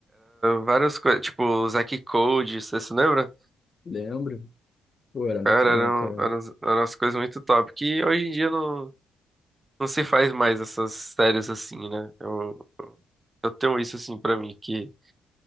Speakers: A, on the right; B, on the left.
A: várias coisas, tipo, o Zack Code, você se lembra?
B: Lembro. Pô, era muito
A: Cara,
B: bom,
A: eram,
B: cara.
A: eram, as- eram as coisas muito top. Que hoje em dia não, não se faz mais essas séries assim, né? Eu, eu tenho isso assim pra mim, que